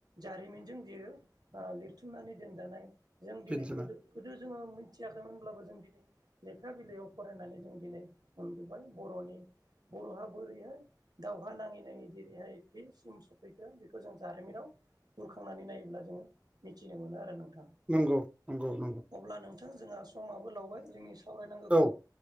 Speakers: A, on the right (about 70°); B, on the right (about 15°).
A: जारिमिन। लिरथुमनानै दोनानाय जों
B: बिदिनो
A: दिनै गोदो जोङो मिथियाखैमोनब्लाबो जों दिनै लेखा बिलाइयाव फरायनानै जों दिनै मोनबोबाय बर'नि बर' हाब बोरैहाय दावहा नाङै नाङै जेरैहाय बे सिम सफैखो बेखौ जों जारिमिनाव बुरखांनानै नायोब्ला जोङो मिथिनो मोनो आरो नोंथां।
B: नंगौ -नंगौ- नंगौ।
A: अब्ला जोंहा समाबो लावबाय जोंनि सावरायनांगौखौ
B: औ